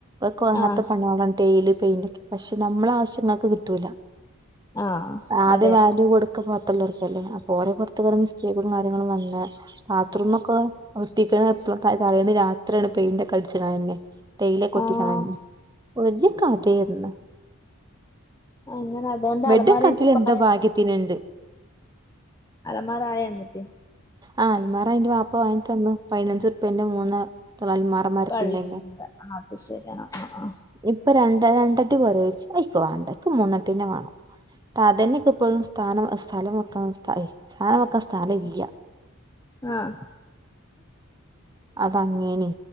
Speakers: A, on the right; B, on the left.
A: ഒ കൊങ്ങത്തെ
B: ആഹ്
A: പണിയോളാ ടെയില് പിന്നക്ക് പക്ഷെ നമ്മളാവശ്യങ്ങക്ക് കിട്ടൂല
B: ആഹ്
A: അദ്യ
B: അതെ
A: വാല്യൂ കൊടുക്കുംപ അ കലർക്കല്ലേ പോര പൊർത്ത് <unintelligible> ങ്ങിലും വന്നാ ബാത്റൂം ഒക്കെ ഒട്ടിക്ക തലേന്ന് രാ എത്രാണ് പെയിന്റക്കെ അടിച്ചേന് ആയേനെ തേയില കൊത്തിക്കണെ
B: ആഹ്
A: ഒരു കഥയില്ല
B: അങ്ങനെ അതുകൊണ്ട്
A: ബെഡും
B: അലമാര
A: കട്ടിലും
B: എനിക്കിപ്പായ
A: എന്തോ ഭാഗ്യത്തിനുണ്ട്
B: അലമാര ആയ എന്നിട്ട്
A: ആ അൽമാറ അന്റെ വാപ്പ വാങ്ങി തന്ന് പതിനഞ്ചറുപ്പേന്റെ മൂന്ന് ൽമാറ മരത്തിൻ്റെല്ലേ
B: കള്ളി അത് ശരി ആഹ് ആഹ് ആഹ്
A: ഇപ്പൊ രണ് രണ്ടട്ടി പോരേച്ച് അയിക്ക് വേണ്ട ക്ക് മൂന്നട്ടീന്നെ വേണം സാധനൊക്കെ ഇപ്പോഴും സ്ഥാനം സ്ഥലം വക്ക സ്ഥ സാനം വെക്കൻ സ്ഥലം ഇല്ല
B: ആഹ്
A: അത് അങ്ങനെയ